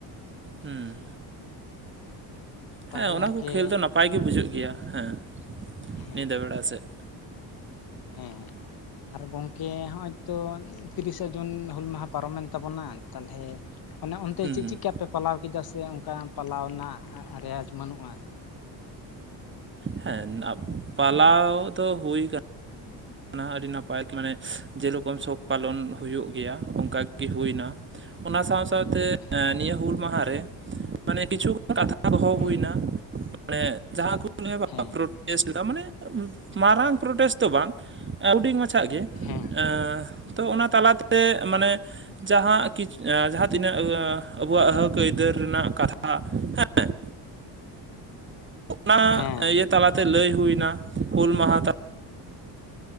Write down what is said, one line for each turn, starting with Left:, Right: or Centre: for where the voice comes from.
Right: ᱦᱩᱸ
Left: ᱛᱟᱦᱚᱞᱮ
Right: ᱦᱮᱸ ᱚᱱᱟ
Left: ᱜᱚᱢᱠᱮ
Right: ᱠᱚ ᱠᱷᱮᱹᱞ ᱫᱚ ᱱᱟᱯᱟᱭ ᱜᱮ ᱵᱩᱡᱷᱟᱹᱜ ᱜᱮᱭᱟ ᱦᱮᱸ
Left: ᱦᱮᱸ
Right: ᱧᱤᱫᱟᱹ ᱵᱮᱲᱟ ᱥᱮᱫ
Left: ᱦᱮᱸ ᱟᱨ ᱜᱚᱝᱠᱮ ᱦᱚᱜ ᱚᱭ ᱛᱚ ᱛᱤᱨᱤᱥᱟ ᱡᱩᱱ ᱦᱩᱞ ᱢᱟᱦᱟ ᱯᱟᱨᱚᱢᱮᱱ ᱛᱟᱵᱚᱱᱟ ᱛᱟᱦᱚᱞᱮ ᱚᱱᱮ ᱚᱱᱛᱮ
Right: ᱦᱮᱸ
Left: ᱪᱮᱫ ᱪᱮᱫ ᱞᱮᱠᱟ ᱯᱮ? ᱯᱟᱞᱟᱣ ᱠᱮᱫᱟ ᱥᱮ ᱚᱱᱠᱟ ᱯᱟᱞᱟᱣ ᱨᱮᱱᱟᱜ ᱨᱮᱭᱟᱡᱽ ᱵᱟᱹᱱᱩᱜ-ᱟ᱾
Right: ᱦᱮᱸ ᱯᱟᱞᱟᱣ ᱫᱚ ᱦᱩᱭ ᱠᱟᱱ ᱚᱱᱟ ᱦᱚᱸ ᱟᱹᱰᱤ ᱱᱟᱯᱟᱭ ᱢᱟᱱᱮ ᱡᱮᱨᱚᱠᱚᱢ ᱥᱚᱠ ᱯᱟᱞᱚᱱ ᱦᱩᱭᱩᱜ ᱜᱮᱭᱟ ᱚᱱᱠᱟ ᱜᱮ ᱦᱩᱭᱱᱟ᱾ ᱚᱱᱟ ᱥᱟᱸᱶ ᱥᱟᱸᱶᱛᱮ
Left: ᱦᱮᱸ
Right: ᱱᱤᱭᱟᱹ ᱦᱩᱞ ᱢᱟᱦᱟᱨᱮ᱾ ᱢᱟᱱᱮ ᱠᱤᱪᱷᱩᱜᱟᱱ ᱠᱟᱛᱷᱟ ᱫᱚᱦᱚ
Left: ᱦᱮᱸ
Right: ᱦᱩᱭᱱᱟ ᱢᱟᱱᱮ ᱡᱟᱦᱟᱸ ᱠᱚ ᱞᱟᱹᱭᱟ
Left: ᱦᱮᱸ
Right: ᱯᱨᱚᱴᱮᱥ᱾ ᱪᱮᱠᱟ ᱢᱟᱱᱮ ᱢᱟᱨᱟᱝ ᱯᱨᱚᱴᱮᱥᱴ ᱫᱚ ᱵᱟᱝ ᱦᱩᱰᱤᱧ ᱢᱟᱪᱷᱟᱪ ᱜᱮ᱾
Left: ᱦᱮᱸ,
Right: ᱮᱸ ᱛᱚ ᱚᱱᱟ ᱛᱟᱞᱟᱛᱮ ᱢᱟᱱᱮ, ᱡᱟᱦᱟᱸ ᱠᱤ ᱮᱸ ᱡᱟᱦᱟᱸ ᱛᱤᱱᱟᱹᱜ ᱟᱵᱚᱣᱟᱜ ᱦᱚᱠ ᱟᱹᱭᱫᱟᱹᱨ ᱨᱮᱱᱟᱜ ᱠᱟᱛᱷᱟ᱾ ᱦᱮᱸ ᱚᱱᱟ
Left: ᱦᱮᱸ ᱦᱮᱸ
Right: ᱤᱭᱟᱹ ᱛᱟᱞᱟᱛᱮ ᱞᱟᱹᱭ ᱦᱩᱭᱱᱟ ᱦᱩᱞ ᱢᱟᱦᱟ ᱛᱟᱞ